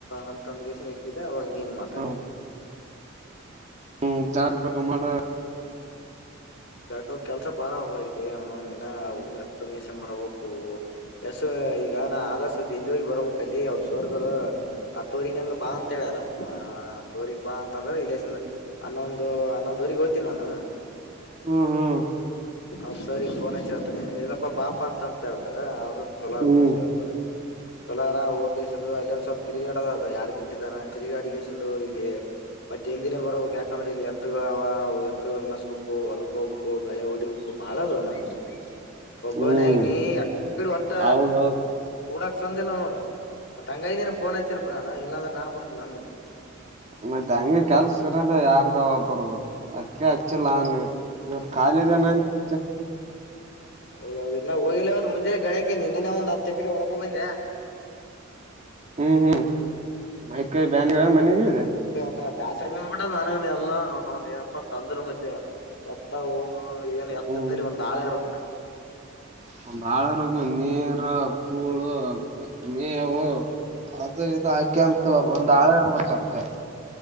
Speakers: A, on the left (about 60°); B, on the right (about 35°).
A: ಅಂತಂದಗೆಸ ಎತ್ತಿದೆಅವಾಗ ನೀನ್ ಮಾತಾಡಿದ್ದ
B: ಹ್ಮ್ ಹ್ಮ್ ಜಾರ್ ಬ ಮಾಡ
A: ಹ ಮತ್ತೆ ಯಾಕ ಅವ ಕೆಲ್ಸ ಬಾಳ ಹವ ಲ್ಲಿನು ನೀನ ಎತ್ತ ಮೈಸಿಕೊಂಡಮಾಡರಬೇಕು ಎಸ್ ಈಗ ನಾ ಆದರ್ ಎಲ್ಲಿ ಹೋಗಿ ಬರ್ಬೇಕು ಅಲ್ಲಿ ಅವ್ರ ಸರ್ಗಳು ಹತ್ತುವರಿ ಹಂಗ ಬಾ ಅಂತ ಹೇಳ್ಯಾರ ಹ ಹತ್ತವರಿಗಿಬಾ ಅಂತಂದ್ರೆ ಇಲ್ಲೇಶನ್ ಹನ್ನೊಂದು ಹನ್ನೊಂದವರಿಗೆಗ್ ಹೋಗ್ತೀನಿ ನಾನು
B: ಹ್ಮ್ ಹ್ಮ್
A: ಅವ್ರ ಸರಿ ಫೋನ್ ಹಚ್ಚಿತ ಇಲ್ಲಪ್ಪಾ ಅಪ ಅಂತಂತ ಹಳ್ತಾರ ಅವ್ರರು ಚಲೂ ಆಯ್ತು
B: ಹ್ಮ್
A: ಬಿಡು ಸರ್ ಚಲೋ ರ ಹೋಗಿ ಅಲ್ಲಿ ಒಂದ್ ಸ್ವಲ್ಪ ತಿರುಗಾಡದ ಅದ ಎರಡ್ ಗಂಟೆ ತಾನ ತಿರುಗಾಡಿಗೆ ಚಂದು ಇಲ್ಲಿ ಟ್ ಜಲ್ದಿನೆ ಬರಬೇಕು ಯಾಕಂದ್ರೆ ಇಲ್ಲಿ ಎತ್ತುಗಳ ವಾ ಎತ್ತುಗಳು ಮೆಸ್ಬೇಕು ಹೊಲಕ್ ಹೋಗ್ಬೇಕು ಗಳೆ ಹೊಡಿಬೇಕು ಬಹಳ್ದ ನನ್ನವ ಒಬ್ಬವನಾಗಿ
B: ಹ್ಮ್
A: ನೀ ಅಕ್ಕಡೆ ಹೊತ್ತ
B: ಹೌದೌದು
A: ಕೂಡ ಸಂದ ಇಲ್ಲ ನೋಡು ಮತ್ ತಂಗ ನೀನ್ಫೋನ್ ಆಯ್ತಲ್ಪನು ಇಲ್ಲಾಂದ್ರೆ ನಾ ಬಿಡ್ತನ ನ
B: ಮತ್ತೆ ಹಂಗೆ ಕೆಲ್ಸ ಇರೋದ ಯಾರದ ಒಬ್ಬರದು ಅದ್ಕ ಹಚ್ಚಿಲ್ಲಾ ನಾನು ಇವತ್ ಖಾಲಿ ಇದೆ ನಂತ ಹ
A: ಹೌದೌದು ಇಲ್ಲಾ ಇವತ್ತು ಹೋಗಿಲ್ಲ ಮುಂಜಾನೆಗಳ ನಿನ್ನನೆ ಒಂದ್ ಹತ್ತು ಎಕ್ರೆ ಒಡ್ಕೊ ಬಂದ್ಯ
B: ಹ್ಮ್ ಹ್ಮ್ ಮೈಕೈ ಬ್ಯಾನಾ ಮನೆಗಿದೆ
A: ಮತ್ತ ಬೇಸರು ಬಂದ್ಬಿಟ್ಟ ನನ ಎಲ್ಲ ನು ನಾನಮ್ಮ ಅಂದರು ಮತ್ತೆ ಎತ್ತ ಹೋ ಹ ಏನ್ ಎತ್ತಿದ್ದಲ್ಲಿ
B: ಹ್ಮ್
A: ಒಂದ್ ಹಾಳ ಇರುತ್ತೆ
B: <unintelligible> ನೀರ್ ಕೂಳು ಮೇವು ಅದು ಇದು ಹಾಕೆ ಅಂತ
A: ಹ್ಮ
B: ಒಂದ ಆಳ ಇರಬೇಕು ಅದಕ